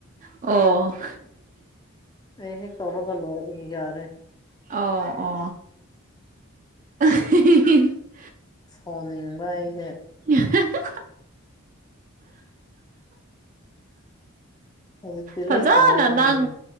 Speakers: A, on the right (about 35°); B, on the left (about 20°).
A: ꯑꯣ
B: ꯑꯩ ꯍꯦꯛ ꯇꯧꯔꯒ ꯂꯣꯏꯏ ꯌꯥꯔꯦ
A: ꯑꯣ ꯑꯣ ꯑ
B: ꯁꯣꯅꯤꯡꯅꯤꯡꯕ ꯍ
A: <inaudible>
B: ꯍꯧꯖꯤꯛꯇꯤ
A: ꯐꯖꯥꯅ
B: ꯂꯣꯏ ꯐꯔꯦ ꯃꯥꯒꯤꯁꯦ